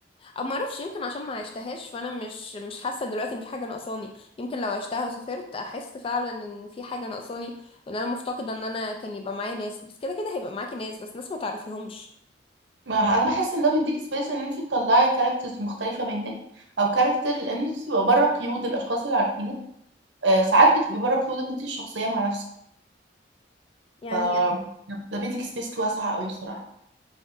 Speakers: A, on the left; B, on the right.
A: او ما اعرفش يمكن عشان ما عشتهاش فانا مش مش حاسه دلوقتي ان في حاجه ناقصاني يمكن لو عشتها وسافرت احس فعلا ان في حاجه ناقصاني وان انا مفتقده ان انا كان يبقى معايا ناس بس كده كده هيبقى معاكي ناس بس ناس ما تعرفيهمش
B: ما انا بحس ان ده بيديك سبيس ان انت تطلعي كاركترز مختلفه منك او كاركتر لان انت بتبقى بره قيود الاشخاص اللي عارفينك آه ساعات بتبقي بره قيودك انت الشخصيه مع نفسك
A: يعني
B: ف ده بيديك سبيس واسعه قوي بصراحه